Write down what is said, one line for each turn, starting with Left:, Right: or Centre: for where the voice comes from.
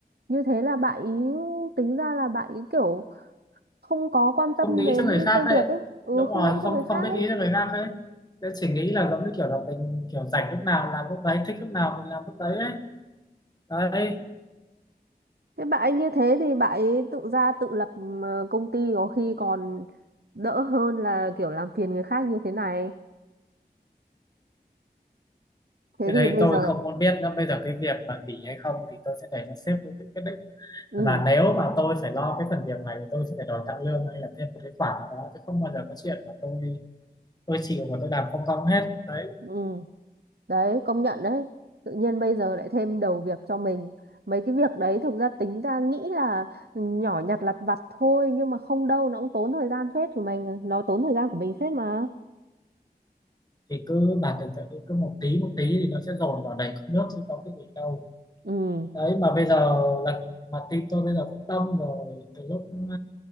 Right: Như thế là bạn ấy tính ra là bạn ấy kiểu không có quan tâm
Left: không nghĩ
Right: đến
Left: cho người khác
Right: công việc
Left: đấy
Right: ấy ừ
Left: đúng
Right: không
Left: rồi
Right: nghĩ cho
Left: không
Right: người
Left: không
Right: khác
Left: biết
Right: ấy
Left: nghĩ cho người khác ấy, Thế chỉ nghĩ là giống như kiểu là mình kiểu rảnh lúc nào làm lúc đấy thích lúc nào mình làm lúc đấy ấy đấy
Right: thế bà ấy như thế thì bà ấy tự ra tự lập ờ, công ty có khi còn đỡ hơn là kiểu làm phiền người khác như thế này thế
Left: cái
Right: thì
Left: đấy
Right: bây
Left: tôi
Right: giờ
Left: không muốn biết nên bây giờ cái việc mà nghỉ hay không thì tôi sẽ để cho sếp tự quyết định
Right: ừ
Left: và nếu mà tôi phải lo cái phần việc này thì tôi sẽ phải đòi tăng lương hay là thêm một cái khoản nào đó chứ không bao giờ có chuyện mà tôi tôi chịu và tôi làm không công hết đấy
Right: ừ đấy công nhận đấy tự nhiên bây giờ lại thêm đầu việc cho mình mấy cái việc đấy thực ra tính ra nghĩ là nhỏ nhặt lặt vặt thôi nhưng mà không đâu nó cũng tốn thời gian phết của mình nó tốn thời gian của mình phết mà
Left: thì cứ bà tưởng tượng đi cứ một tí một tí thì nó sẽ dồn vào đầy cốc nước chứ có cái gì đâu
Right: ừ
Left: đấy mà bây giờ lần mà team tôi bây giờ cũng đông rồi từ lúc uh,